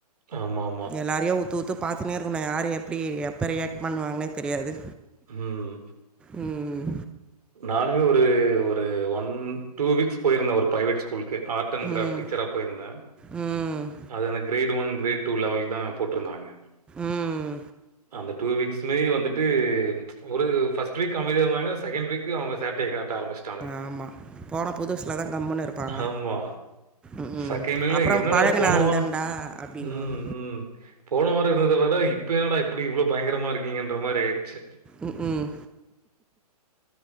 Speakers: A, on the right; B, in the centre.
A: ஆமா ஆமா
B: எல்லாரையு உத்து உத்து பாத்துனே இருக்கணு யாரு எப்டி எப்போ ரியாக்ட் பண்ணுவாங்கனே தெரியாது
A: ம்
B: ம்
A: நானுமே ஒரு ஒரு ஒன் டூ வீக்ஸ் போயிருந்தே ஒரு பிரைவேட் ஸ்கூலுக்கு ஆர்ட் அண்ட்
B: ம்
A: கிராபிட் டீச்சரா போயிருந்த
B: ம்
A: அது அந்த கிரேட் ஒன் கிரேட் டூ லெவல்க்தா போட்ருந்தாங்க
B: ம்
A: அந்த டூ வீக்ஸ் சுமே வந்துட்டு ஒரு ஃபஸ்ட் வீக் அமைதியா இருந்தாங்க செகண்ட் வீக்கு அவங்க சேட்டய காட்ட ஆரம்பிச்சுட்டானுங்க ஆரம்பிச்சட்டானுங்க
B: ஆமா போன புதுசிதா கம்முன்னு இருப்பாங்க
A: ஆமா.
B: ம் ம்
A: செகண்ட் வீக்ல
B: அப்பற
A: என்னடா
B: பழக
A: போன
B: ஆள்
A: வாரம்
B: தண்டா அப்படின்னுவாங்க
A: ம், ம். போன வார இருந்தத விட இப்ப என்னடா எப்டி இவ்வள பயங்கரமா இருக்கீங்கன்ற மாரி ஆயிடுச்சு
B: ம் ம்